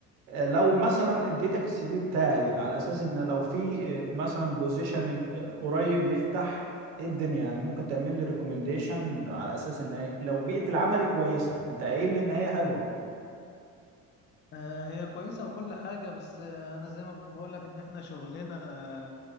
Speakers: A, on the right; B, on the left.
A: آه، لو مثلا اديتك السي في بتاعي على اساس ان لو في آه، مثلا بوزيشن قريب يفتح ايه الدنيا يعني ممكن تعمل لي ريكومنديشن على اساس ان لو بيئه العمل كويسه انت قايل لي ان هي حلوه
B: آه، هي كويسة وكل حاجة بس آه، أنا زي ما بقولك إن إحنا شغلنا آه،